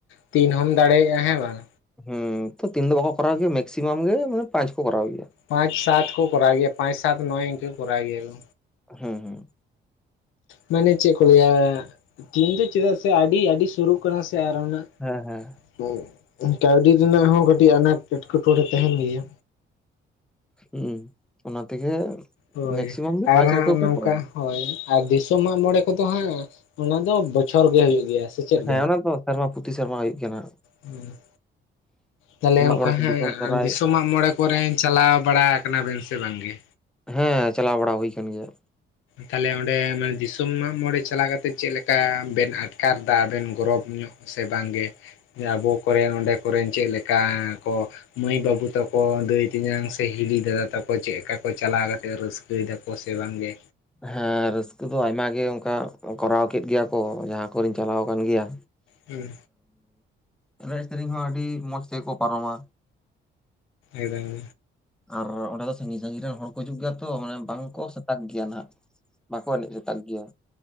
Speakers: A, on the left (about 80°); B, in the centre.
A: ᱛᱤᱱ ᱦᱚᱢ ᱫᱟᱲᱮᱭᱟᱜ-ᱟ ᱦᱮᱸ ᱵᱟᱝ?
B: ᱦᱩᱸ ᱛᱚ ᱛᱤᱱ ᱫᱚ ᱵᱟᱠᱚ ᱠᱚᱨᱟᱣ ᱜᱮᱭᱟ ᱢᱮᱠᱥᱤᱢᱟᱢ ᱜᱮ ᱢᱟᱱᱮ ᱯᱟᱸᱪ ᱠᱚ ᱠᱚᱨᱟᱣ ᱜᱮᱭᱟ
A: ᱯᱟᱸᱪ ᱥᱟᱛ ᱠᱚ ᱠᱚᱨᱟᱣ ᱜᱮᱭᱟ ᱯᱟᱸᱪ ᱥᱟᱛ ᱱᱚᱭ ᱤᱱᱠᱟᱹ ᱠᱚ ᱠᱚᱨᱟᱣ ᱜᱮᱭᱟ ᱠᱚ
B: ᱦᱩᱸᱻ
A: ᱢᱟᱱᱮ ᱪᱮᱫ ᱠᱚ ᱞᱟᱹᱭᱟ ᱫᱤᱱ ᱫᱚ ᱪᱮᱫᱟᱜ ᱥᱮ ᱟᱹᱰᱤ ᱟᱹᱰᱤ ᱥᱩᱨᱩᱜ ᱠᱟᱱᱟ ᱥᱮ ᱟᱨ ᱚᱱᱟ
B: ᱦᱮᱸ ᱦᱮᱸ
A: <unintelligible> ᱠᱟᱹᱣᱰᱤ ᱨᱮᱱᱟᱜ ᱦᱚᱸ ᱠᱟᱹᱴᱤᱡ ᱟᱱᱟᱴ ᱮᱴᱠᱮᱴᱚᱬᱮ ᱛᱟᱦᱮᱱ ᱜᱮᱭᱟ
B: ᱦᱩᱸ ᱚᱱᱟ ᱛᱮᱜᱮ
A: ᱦᱳᱭ
B: ᱢᱮᱠᱥᱤᱢᱟᱢ ᱜᱮ
A: ᱟᱨ
B: ᱯᱟᱸᱪ
A: ᱦᱟᱸᱜ
B: ᱨᱮᱜᱮ ᱠᱚ
A: ᱱᱚᱝᱠᱟ
B: ᱯᱟᱨᱚᱢᱟ
A: ᱦᱳᱭ ᱟᱨ ᱫᱤᱥᱚᱢ ᱢᱟᱜ ᱢᱚᱬᱮ ᱠᱚᱫᱚ ᱦᱟᱸᱜ ᱚᱱᱟ ᱫᱚ ᱵᱚᱪᱷᱚᱨ ᱜᱮ ᱦᱩᱭᱩᱜ ᱜᱮᱭᱟ ᱥᱮ ᱪᱮᱫ
B: ᱦᱮᱸ ᱚᱱᱟ ᱫᱚ ᱥᱮᱨᱢᱟ ᱯᱩᱛᱤ ᱥᱮᱨᱢᱟ ᱦᱩᱭᱩᱜ ᱜᱮᱭᱟ ᱚᱱᱟ
A: ᱦᱮᱸ ᱛᱟᱦᱚᱞᱮ ᱚᱱᱠᱟ
B: ᱢᱚᱬᱮ ᱥᱮ
A: ᱦᱟᱸᱜ
B: ᱫᱤᱥᱚᱢ ᱥᱚᱦᱨᱟᱭ
A: ᱫᱤᱥᱚᱢ ᱢᱟᱜ ᱢᱚᱬᱮ ᱠᱚᱨᱮ ᱪᱟᱞᱟᱣ ᱵᱟᱲᱟ ᱟᱠᱟᱱᱟ ᱵᱮᱱ ᱥᱮ ᱵᱟᱝ ᱜᱮ?
B: ᱦᱮᱸ ᱪᱟᱞᱟᱣ ᱵᱟᱲᱟ ᱦᱩᱭ ᱠᱟᱱ ᱜᱮᱭᱟ
A: ᱛᱟᱦᱚᱞᱮ ᱚᱸᱰᱮ ᱢᱟᱱᱮ ᱫᱤᱥᱚᱢ ᱢᱟᱜ ᱢᱚᱬᱮ ᱪᱟᱞᱟᱣ ᱠᱟᱛᱮ ᱪᱮᱫ ᱞᱮᱠᱟ ᱵᱮᱱ ᱟᱴᱠᱟᱨ ᱫᱟ ᱟᱵᱮᱱ ᱜᱚᱨᱚᱵᱽ ᱧᱚᱜ ᱥᱮ ᱵᱟᱝᱜᱮ ᱟᱵᱚ ᱠᱚᱨᱮᱱ ᱚᱸᱰᱮ ᱠᱚᱨᱮᱱ ᱪᱮᱫ ᱞᱮᱠᱟ ᱠᱚ ᱢᱟᱹᱭ ᱵᱟᱹᱵᱩ ᱛᱟᱠᱚ ᱫᱟᱹᱭ ᱛᱮᱧᱟᱝ ᱥᱮ ᱦᱤᱞᱤ ᱫᱟᱫᱟ ᱛᱟᱠᱚ ᱪᱮᱜᱠᱟ ᱠᱚ ᱪᱟᱞᱟᱣ ᱠᱟᱛᱮ ᱨᱟᱹᱥᱠᱟᱹ ᱼᱠᱟᱹᱭ ᱮᱫᱟᱠᱚ ᱥᱮ ᱵᱟᱝᱜᱮ?
B: ᱦᱮᱸ ᱨᱟᱹᱥᱠᱟᱹ ᱫᱚ ᱟᱭᱢᱟ ᱜᱮ ᱚᱱᱠᱟ ᱠᱚᱨᱟᱣ ᱠᱮᱫ ᱜᱮᱭᱟ ᱠᱚ ᱡᱟᱦᱟᱸ ᱠᱚᱨᱮᱧ ᱪᱟᱞᱟᱣ ᱟᱠᱟᱱ ᱜᱮᱭᱟ
A: ᱦᱩᱸ
B: ᱟᱨ ᱮᱱᱮᱡ ᱥᱮᱨᱮᱧ ᱦᱚᱸ ᱟᱹᱰᱤ ᱢᱚᱸᱡᱽ ᱛᱮᱜᱮᱠᱚ ᱯᱟᱨᱚᱢᱟ
A: ᱮᱠᱫᱚᱢ
B: ᱟᱨ ᱚᱸᱰᱮ ᱫᱚ ᱥᱟᱺᱜᱤᱧ ᱥᱟᱺᱜᱤᱧ ᱨᱮᱱ ᱦᱚᱲ ᱠᱚ ᱦᱤᱡᱩᱜ ᱜᱮᱭᱟ ᱛᱚ ᱢᱟᱱᱮ ᱵᱟᱝᱠᱚ ᱥᱮᱛᱟᱜ ᱜᱮᱭᱟ ᱱᱟᱦᱟᱜ ᱵᱟᱠᱚ ᱮᱱᱮᱡ ᱥᱮᱛᱟᱜ ᱜᱮᱭᱟ